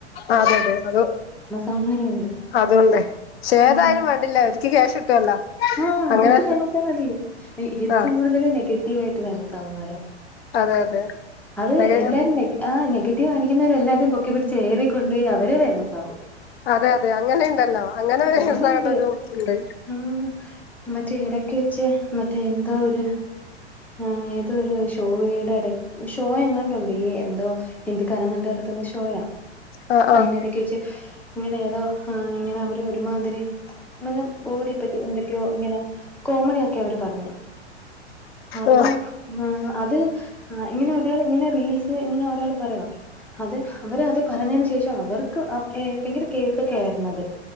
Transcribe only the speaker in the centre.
ആവുന്നവരുണ്ട്
ഉം
ആഹ്
അവർക്ക് ഫേമസ് ആയ മതി ഏറ്റവും
കൂടുതൽ നെഗ നെഗറ്റീവായിട്ട് ഫേമസ് ആവുന്നവരെ
അത് എല്ലാരും നെഗ ആ നെഗറ്റീവ് കാണിക്കുന്നവരെല്ലാരെ പൊക്കിപിടിച്ച് ഏറി കൊണ്ടോയി അവരെ ഫേമസ് ആവും
അങ്ങനെയുണ്ട്
ഉം മറ്റേ എടക്ക് വെച്ച് മ മറ്റേ എന്തോ ഒരു ആ ഏതോ ഒരു ശ് ടോയ്ടെ എടെ ഷോയെങ്ങാണ്ട് ഉണ്ട് എന്തോ ഹിന്ദിക്കാരെ എങ്ങാണ്ട് <unintelligible> തുന്ന ഷോയ
പൈന്റെ
ട <unintelligible> ഇങ്ങനെ ഏതോ ഇങ്ങനെ അവര് ഒരുമാതിരി എന്ന <unintelligible> ഇങ്ങനെ കോമഡിയാക്കി അവര് പറഞ്ഞ് അപ്പൊ
ആഹ് അത് ഇങ്ങനൊരു. ഒരാൾ ഇങ്ങനെ റീൽസ് ഇങ്ങനെ ഒരാള് പറയണം, അത് അവർ പറഞ്ഞതിനുശേഷം അവർക്ക്. ക്ക് ഏഹ് ഭയങ്കര കേസ് ഒക്കെ ആയിരുന്നു അത്.